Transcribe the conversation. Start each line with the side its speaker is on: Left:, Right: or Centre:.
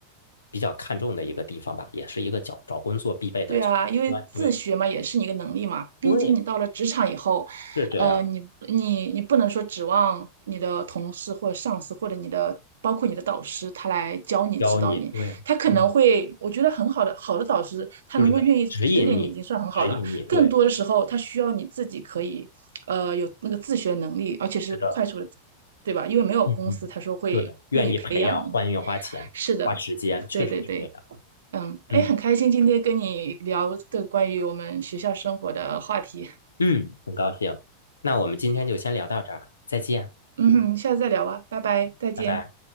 Left: 比较看重的一个地方吧，也是一个找找工作必备的前提关对
Right: 对啊，因为自学嘛，也是你一个能力嘛。毕竟你到了职场以后，
Left: 对，是这样，
Right: 呃，你你你不能说指望你的同事或者上司或者你的包括你的导师他来教你指导你，
Left: 教你对，
Right: 他可能会，
Left: 嗯
Right: 我觉得很好的好的导师，他能够愿意指点你已经算很好了。
Left: 就是指引你，指引你，对，
Right: 更多的时候，他需要你自己可以，呃，有那个自学能力，而且是快速的，
Left: 是的，
Right: 对吧？因为没有公司他说会愿意培养你。
Left: 嗯嗯，对，愿意培养，欢迎花钱花时间，
Right: 是的，
Left: 确实是这样。
Right: 对对对。嗯，哎，
Left: 嗯
Right: 很开心今天跟你聊这个关于我们学校生活的话题。
Left: 嗯，很高兴，那我们今天就先聊到这儿，再见，
Right: 嗯哼，下次再聊吧，拜拜，再见。
Left: 拜拜。